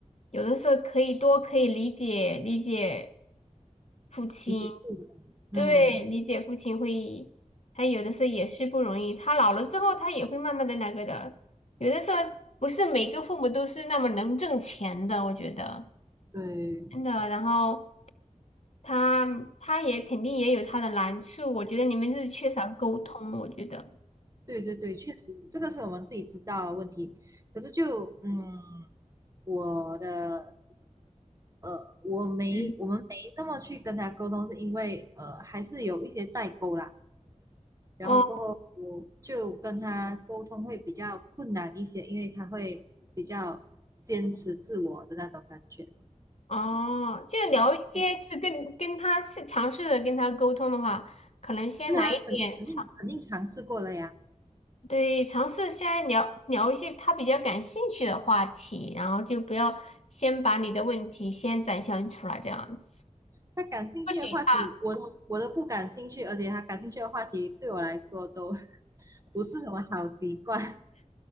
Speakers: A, on the left; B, on the right.
A: 有的时候可以多可以理解理解父亲，
B: 理解父母。嗯，
A: 对，理解父亲会，他有的时候也是不容易，他老了之后，他也会慢慢的那个的，有的时候不是每个父母都是那么能挣钱的，我觉得
B: 对
A: 真的，然后他他也肯定也有他的难处，我觉得你们就是缺少沟通，我觉得。
B: 对对对，确实这个是我们自己知道的问题。可是就嗯，我的呃，我没我们没那么去跟他沟通，
A: 嗯，
B: 是因为呃还是有一些代沟啦。然后过后我就跟他沟通会比较困难一些，
A: 哦
B: 因为他会比较坚持自我的那种感觉，
A: 哦，就聊一些，
B: 嗯，所以
A: 就是跟跟他是尝试着跟他沟通的话，可能先来一点尝。
B: 是啊，肯定肯定肯定尝试过了呀。
A: 对，尝试先来聊聊一些他比较感兴趣的话题，然后就不要先把你的问题先展现出来，这样子，
B: 他感兴趣的话题，
A: 或许他
B: 我都我都不感兴趣，而且他感兴趣的话题对我来说都 <laughs> 不是什么好习惯。<laughs>